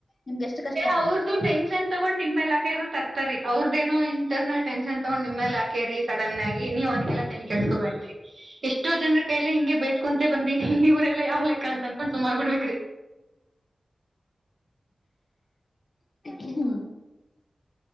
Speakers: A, on the left (about 45°); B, on the right (about 65°).
A: ನಿಮ್ಗೆ ಎಷ್ಟು ಕಷ್ಟ ಆಗಲ್ಲ
B: ಅವ್ರ್ದು ಟೆನ್ಷನ್ ತಗೊಂಡ್ ನಿಮ್ ಎಲ್ಲ ಹಾಕೆರನ್ ತರ್ತಾರಿ ಅವ್ರದೇನೋ ಇಕ್ಟರ್ನಲ್ ಟೆನ್ಷನ್ ತಗೊಂಡ ನಿಮ್ಮೇಲೆ ಹಾಕೇರಿ ಸಡನ್ ಆಗಿ ನೀವು ಅದಕ್ಕೆಲ್ಲ ತಲಿ ಕಟ್ಸ್ಕೊಬ್ರರಿ ಎಷ್ಟೋ ಜನ ಕೈಲೆ ಹಿಗೆ ಬೇಯಸ್ಕೊಂತ ಬಂದೀನಿ ಇವರೆಲ್ಲಾ ಯಾವ್ ಲೆಕ್ಕ ಅಂತ ಅನ್ಕೊಂಡ್ ಸುಮ ಆಗ್ಬಿಡ್ಬೇಕ್ರಿ
A: ಹ್ಮ